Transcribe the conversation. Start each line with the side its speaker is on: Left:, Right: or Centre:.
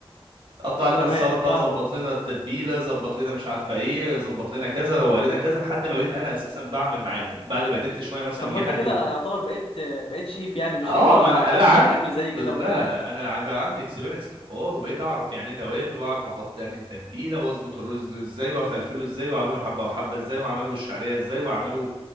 Right: قطع لنا
Left: تمام
Right: السلطه
Left: فاهمه
Right: ظبط لنا التتبيله ظبط لنا مش عارفه ايه ظبط لنا كذا روق لنا كذا لحد ما بقيت انا اساسا بعمل معاهم بعد ما قدمت شويه مثلا
Left: طب
Right: ويجي
Left: ما انت
Right: حد
Left: كده يعتبر بقيت بقيت شيف يعني مش
Right: اه
Left: اللي هو
Right: ما انا
Left: حد
Right: لا عن
Left: بيعمل اكل زي
Right: بس-
Left: كده
Right: لا
Left: وبتاع
Right: لا لا انا ع- بقى عندي اكسبيرينس في الحوار وبقيت اعرف يعني ايه توابل واعرف احط انهي تتبيله واظبط الرز ازاي وافلفله ازاي واعمله حبه وحبه ازاي واعمله بالشعريه ازاي واعمله